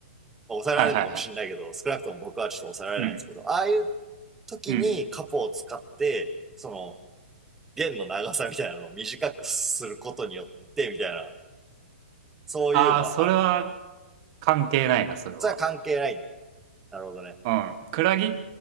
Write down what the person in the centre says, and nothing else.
抑えられるのかもしれないけど、
少なくとも僕はちょっと抑えられないんですけど、
ああいう時にカポを使って、
その、弦の長さみたいなのを短くすることによって、みたいな、そういうのはある。
それは関係ない。なるほどね。